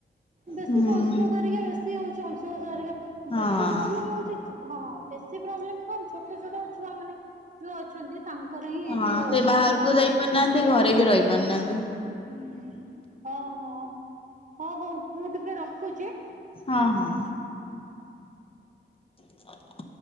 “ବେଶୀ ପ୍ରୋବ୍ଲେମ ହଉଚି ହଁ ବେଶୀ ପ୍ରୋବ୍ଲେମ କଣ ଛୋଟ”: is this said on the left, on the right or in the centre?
Right